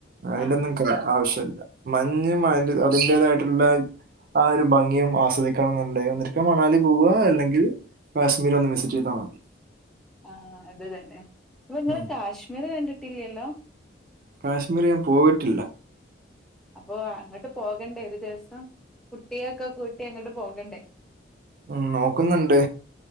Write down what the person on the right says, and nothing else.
അതിൻ്റൊന്നും
കാ ആവശ്യല്ല മഞ്ഞും അതി അതിൻന്റേതായിട്ടുള്ള ആ ഒരു ഭംഗിയും ആസ്വദിക്കണം എന്നുണ്ട ന്നിരിക്കാ മണാല് പോവ അല്ലെങ്കിൽ കാശ്മീരൊന്ന് വിസിറ്റ് ചെയ്താൽ മതി
ഉം.
കാശ്മീർ ഞാൻ പോയിട്ടില്ല
ഉം നോക്കുന്നുണ്ട്